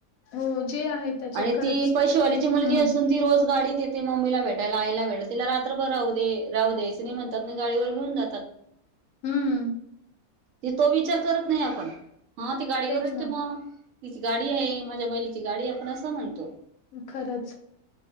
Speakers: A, on the left; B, on the right.
A: हो, जे आहे त्याच्यात
B: आणि
A: खरंच.
B: ती पैशवालीची मुलगी
A: हं,
B: असून ती रोज गाडीत येते ती मम्मीला भेटायला, आईला भेटायला तिला रात्रभर राहू दे, राहू द्यायच नाही म्हणतात ना, गाडीवर घेऊन जातात. <unintelligible>
A: हम्म.
B: ही तो विचार करत नाही आपण. हा ती गाडीवर
A: तेच
B: येते
A: ना.
B: मग, तिची गाडी आहे माझ्या बहिणीची गाडी आपण असं म्हणतो.
A: खरंच